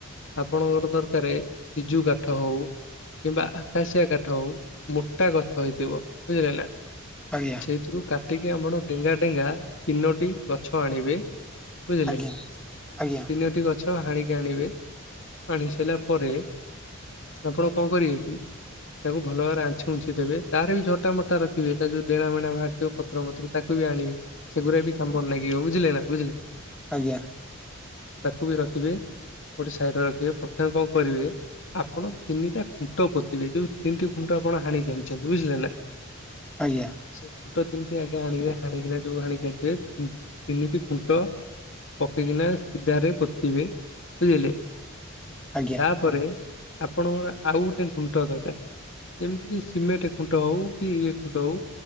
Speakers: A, on the left (about 60°); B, in the centre.
A: ଆପଣଙ୍କର ଦରକାର ସିଜୁ କାଠ ହଉ କିମ୍ବା ଆକାଶିଆ କାଠ ହଉ ମୋଟା ଗଛ ହେଇଥିବ ବୁଝିଲେ ନା?
B: ଆଜ୍ଞା।
A: ସେଥିରୁ କାଟିକି ଆମଣ ଡେଙ୍ଗା ଡେଙ୍ଗା ତିନୋଟି ଗଛ ଆଣିବେ ବୁଝିଲେ
B: ଆଜ୍ଞା
A: ତିନୋଟି
B: ଆଜ୍ଞା
A: ଗଛ ହାଣିକି ଆଣିବେ ଆଣି ସାରିଲା ପରେ ଆପଣ କଣ କରିବେ କି ତାକୁ ଭଲ ଭାବରେ ଆଞ୍ଚି ଉଛି ଦେବେ ତାର ବି ଝୋଟା ମୋଟା ର ଦେଖିବେ ତା ଯୋଉ ଡେଣା ବେଣା ବାହାରଥିବ ପତ୍ର ପତ୍ରର ତାକୁ ବି ଆଣିବେ ସେଗୁରା ବି କାମରେ ଲାଗିବ ବୁଝିଲେ ନା ବୁଝିଲେ?
B: ଆଜ୍ଞା।
A: ତାକୁ ବି ରଖିବେ ଗୋଟେ ସାଇଡରେ ରଖିବେ ପ୍ରଥମେ କଣ କରିବେ ଆପଣ ତିନିଟା ଖୁଣ୍ଟ ପୋତିିବେ ଯୋଉ ତିନିଟି ଖୁଣ୍ଟ ଆପଣ ହାଣି ଆଣିଛନ୍ତି ବୁଝିଲେ ନା?
B: ଆଜ୍ଞା।
A: ସେ ଖୁଣ୍ଟ କେମିତି ଆଗେ ଆଣିବେ ହାଣ ଯୋଉ ହାଣି ଆଣିଥିବେ ତିନିଟି ଖୁଣ୍ଟ ପକେଇକିନା ସିଧାରେ ପୋତିିବେ ବୁଝିଲେ?
B: ଆଜ୍ଞା ଆଜ୍ଞା
A: ତାପରେ ଆପଣଙ୍କର ଆଉ ଗୋଟେ ଖୁଣ୍ଟ ଦରକାର ଏମିତି କି ସିମେଣ୍ଟ ଖୁଣ୍ଟ ହଉ କି ଇଏ ଖୁଣ୍ଟ ହଉ